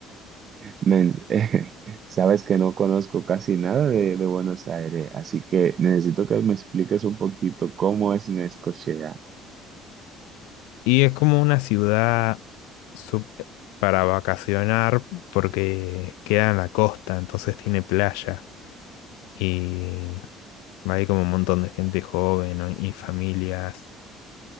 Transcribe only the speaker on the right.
Men, <laughs> sabes que no conozco casi nada de, de Buenos Aires, así que necesito que me expliques un poquito cómo es Necochea.